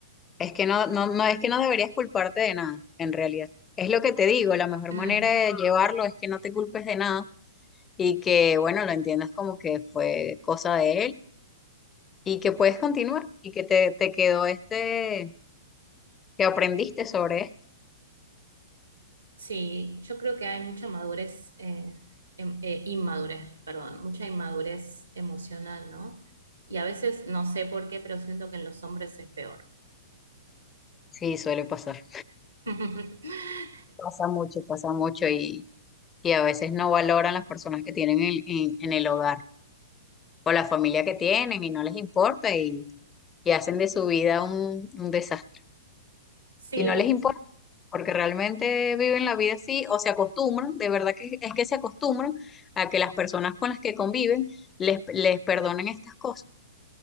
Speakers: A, on the left; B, on the right.
A: Es que no, no, no es que no deberías culparte de nada, en realidad. Es lo que te digo, la mejor
B: Mm.
A: manera de llevarlo es que no te culpes de nada y que, bueno, lo entiendas como que fue cosa de él y que puedes continuar y que te, te quedó este, que aprendiste sobre esto.
B: Sí, yo creo que hay mucha madurez, eh, em- eh, inmadurez, perdón, mucha inmadurez emocional, ¿no? Y a veces no sé por qué, pero siento que en los hombres es peor.
A: Sí, suele pasar.
B: <laughs>
A: Pasa mucho, pasa mucho y, y a veces no valoran las personas que tienen en, en- en el hogar o la familia que tienen y no les importa y, y hacen de su vida un, un desastre.
B: Sí,
A: Y no les importa porque realmente viven la vida así o se acostumbran, de verdad que es que se acostumbran a que las personas con las que conviven les, les perdonen estas cosas.